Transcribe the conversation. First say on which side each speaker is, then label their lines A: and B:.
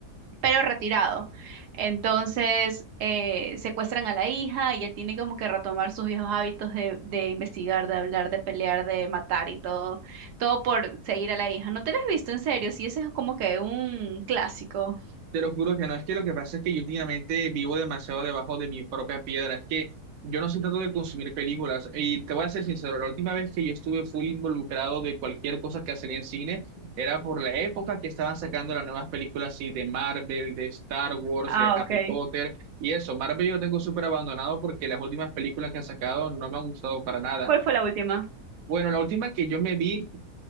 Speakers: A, on the right; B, on the right.
A: pero retirado. Entonces, eh, secuestran a la hija y él tiene como que retomar sus viejos hábitos de, de investigar, de hablar, de pelear, de matar y todo, todo por seguir a la hija. ¿No te la has visto en serio? Sí, ese es como que un clásico.
B: Te lo juro que no, es que lo que pasa es que yo últimamente vivo demasiado debajo de mi propia piedra, es que yo no soy tanto de consumir películas y te voy a ser sincero, la última vez que yo estuve full involucrado de cualquier cosa que salía en cine era por la época que estaban sacando las nuevas películas así de Marvel, de Star Wars,
A: Ah,
B: de Harry
A: ok.
B: Potter y eso, Marvel yo tengo súper abandonado porque las últimas películas que han sacado no me han gustado para nada.
A: ¿Cuál fue la última?
B: Bueno, la última que yo me vi